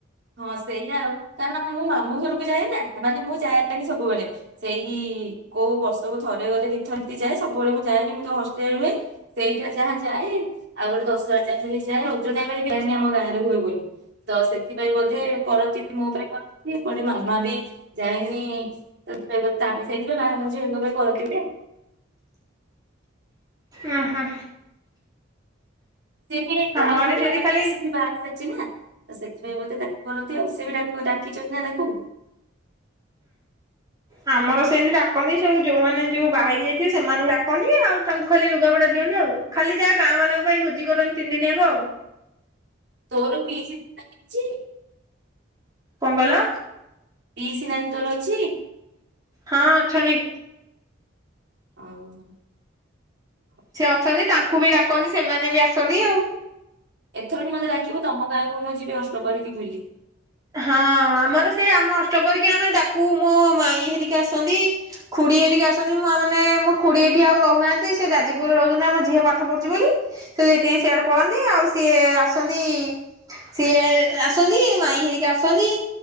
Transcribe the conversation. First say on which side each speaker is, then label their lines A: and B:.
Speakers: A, on the right; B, on the right.
A: ହଁ ସେଇଆା ଆଉ କାରଣ ମୁଁ ଆ ମୁ ଘରକୁ ଯାଏ ନା। ମାନେ ମୁଁ ଯାଏନି ସବୁବେଳେ ସେଇ କୋଉ ବର୍ଷକୁ ଥରେ ଗଲେ ଦି ଥର ଯାଏ। ସବୁବେଳେ ମୁଁ ଯାଏନି ମୁଁ ତ ହଷ୍ଟେଲରେ ହୁଏ ସେଇଟା ଯାହା ଯାଏ ଆଉ ଗୋଟେ ଦଶହରା ଚାରି ଯାଏ ରଜ ଟାଳେ ଯାଏନି ଆମ ଗାଁ ରେ ହୁଏ ବୋଲି ତ ସେ ଥିପାଇଁ ବୋଧେ କରନ୍ତି ମୋ ପାଇଁ କରନ୍ତି। ପୁଣି ମାମା ବି ଯାଇନି ସେଥିପାଇ ତା ବି ଯାଇଥିବେ <unintelligible> ଆଉ।
B: ଉ ହୁଁ।
A: ସିଏବି
B: ଆମ
A: ଆଉ
B: ଆଡେ
A: ଗୋଟେ
B: ସେମିତି
A: ମାନେ
B: ଖାଲି
A: ଆ ବି ବାହା ହେଇସାରିଛି ନା ତ ସେଥିପାଇଁ ବୋଧେ ତାକୁ କରନ୍ତି ଆଉ ସେ ବି ଡାକିଚନ୍ତି ନା ତାଙ୍କୁ
B: ଆମର ସେମିତି ଡାକନ୍ତି ସବୁ ଯୋଉମାନେ ଯୋଉ ବାହା ହେଇକି ଯାଇଥିବେ ସେମାନଙ୍କୁ ଡାକନ୍ତି ଆଉ ତାଙ୍କୁ ଖାଲି ଲୁଗାପଟା ଦିଅନ୍ତି ଆଉ ଖାଲି ଯାହା ଗାଁ ବାଲାଙ୍କ ପାଇଁ ଭୋଜି କରନ୍ତି ତିନି ଦିନିଆଙ୍କ ଆଉ।
A: ତୋର ଫିଜ୍ କିଛି?
B: କଣ କହିଲ?
A: ପିସ୍ ନାନୀ ତୋର ଅଛି?
B: ହଁ ଅଛନ୍ତି।
A: ଓ ହୋ।
B: ସେ ଅଛନ୍ତି ତାଙ୍କୁ ବି ଡାକନ୍ତି ସେମାନେ ବି ଆ ସନ୍ଦି ଆଉ।
A: ଏଥରକ ମତେ ଡାକିବୁ ତମ ଗାଁକୁ ମୁଁ ଯିବି ଅଷ୍ଟପହରିକି ବୁଲି।
B: ହଁ ଆମର ସେ ଆମ ଅଷ୍ଟପହରିକି ଆମେ ଡାକୁ ମୋ ମାଇଁ ହେରିକା ଆସନ୍ତି। ଖୁଡି ହେରିକା ଆସନ୍ତି ମୁଁ ମାନେ ମୋ ଖୁଡି ଏଠି ଆଉ ରହୁନାହାନ୍ତି ସେ ଯାଜପୁରରେ ରହୁଛନ୍ତି ଆମ ଝିଅ ପାଠ ପଢୁଛି ବୋଲି ସେ ସେଥିପାଇଁ ସିଆଡେ ପଳାନ୍ତି ଆଉ ସିଏ ଆସନ୍ତି ସିଏ ଆସନ୍ତି ମାଇ ହେ କେ ଆସନି